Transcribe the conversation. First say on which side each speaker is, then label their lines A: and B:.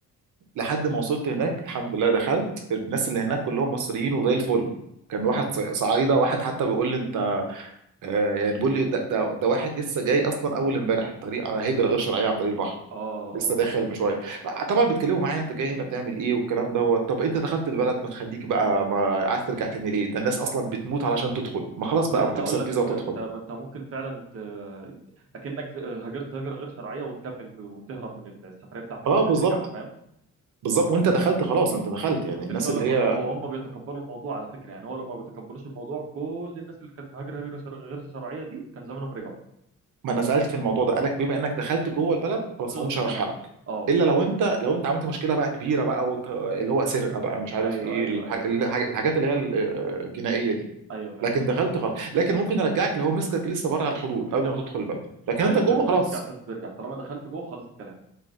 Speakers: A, on the right; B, on the right.
A: لحد ما وصلت هناك الحمد لله دخلت الناس اللي هناك كلهم مصريين وزي الفل كان
B: امم
A: واحد ص- صعيده واحد حتى بيقول لي انت آه، يعني بيقول لي ده ده, ده واحد لسه جاي اصلا اول امبارح طريق على هجره غير شرعيه عن طريق البحر
B: اه
A: لسه
B: اه
A: داخل من شويه ط- طبعا بيتكلموا معايا انت جاي هنا بتعمل ايه والكلام دوت طب انت دخلت البلد ما تخليك بقى ما عايز ترجع تاني ليه ده الناس اصلا بتموت علشان تدخل ما خلاص
B: كنت
A: بقى
B: لسه
A: ما تكسر
B: هقول لك
A: فيزا
B: انت
A: وتدخل
B: انت ما انت ممكن فعلا ت... اكنك ز- هاجرت هجره غير شرعيه وتكمل ب- وتهرب من السفريه بتاعتك
A: اه
B: ان انت
A: بالظبط
B: ترجعها فاهم
A: بالظبط وانت دخلت خلاص انت دخلت يعني
B: كنت
A: الناس
B: لسه اقول
A: اللي
B: لك والم...
A: هي
B: هم بيتقبلوا الموضوع على فكره يعني هو لما ما بيتقبلوش الموضوع كل الناس اللي كانت مهاجره هجره شر... غير شرعيه دي كان زمانهم رجعوا
A: ما انا سالت في الموضوع ده قالك بما انك دخلت جوه البلد خلاص
B: خلص
A: هو مش
B: الكلام
A: هيرحلك
B: اه
A: الا لو انت لو انت عملت مشكله بقى كبيره بقى وت... اللي هو سرقه بقى مش عارف
B: ايوه
A: ايه
B: ايوه
A: الح...
B: ايوه
A: الح...
B: ايوه
A: الحاجات اللي هي ال- الجنائيه دي
B: ايوه فاهم
A: لكن دخلت خلاص لكن ممكن يرجعك اللي هو مسكك لسه بره على الحدود قبل ما تدخل البلد لكن
B: ايوه
A: انت جوه
B: اللي بيتمسك
A: خلاص
B: على الحدود بيرجع طالما دخلت جوه خلص الكلام